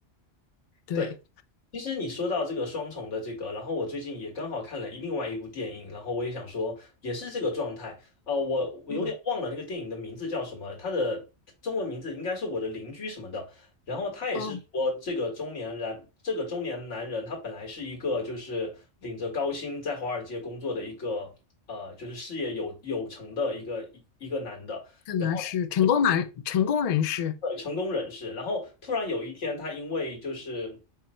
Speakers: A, on the left (about 65°); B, on the left (about 85°).
A: 对，
B: 对，其实你说到这个双重的这个，然后我最近也刚好看了一另外一部电影，然后我也想说，也是这个状态。呃，我我有点忘了那个电影的名字叫什么，
A: 嗯，
B: 它的中文名字应该是我的邻居什么的。然后他也是说，
A: 哦，
B: 这个中年男，这个中年男人，他本来是一个就是领着高薪在华尔街工作的一个呃，就是事业有有成的一个一一个男的。
A: 可能是成功男、
B: 然后。
A: 成功人士，
B: 对，成功人士，然后突然有一天，他因为就是